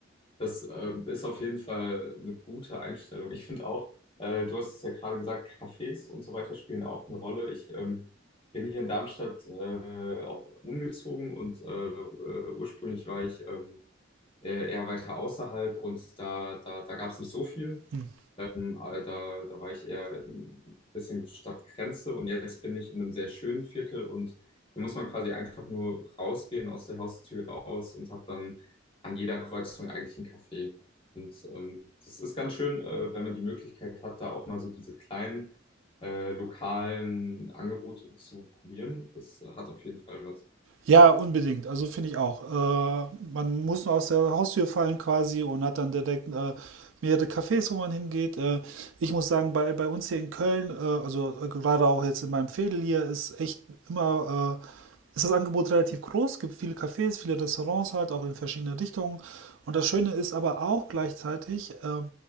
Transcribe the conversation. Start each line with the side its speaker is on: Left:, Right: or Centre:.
Left: Das äh, ist auf jeden Fall eine gute Einstellung. Ich finde auch, äh, du hast es ja gerade gesagt, Cafés und so weiter spielen auch eine Rolle. Ich ähm, bin hier in Darmstadt äh, auch umgezogen und äh, äh, ursprünglich war ich ähm, äh, eher weiter außerhalb und da, da, da gab es nicht so viel.
Right: Mhm.
Left: Ähm, aber da, da war ich eher ein bisschen Stadtgrenze und jetzt bin ich in einem sehr schönen Viertel und hier muss man quasi einfach nur rausgehen aus der Haustür raus und hat dann an jeder Kreuzung eigentlich einen Café. Und ähm, das ist ganz schön, äh, wenn man die Möglichkeit hat, da auch mal so diese kleinen äh, lokalen Angebote zu probieren. Das hat auf jeden Fall was.
Right: Ja, unbedingt. Also finde ich auch. Äh, man muss nur aus der Haustür fallen quasi und hat dann direkt äh, mehrere Cafés, wo man hingeht. Äh, ich muss sagen, bei, bei uns hier in Köln, äh, also äh, gerade auch jetzt in meinem Veedel hier, ist echt immer, äh, ist das Angebot relativ groß. Es gibt viele Cafés, viele Restaurants halt, auch in verschiedene Richtungen. Und das Schöne ist aber auch gleichzeitig, äh,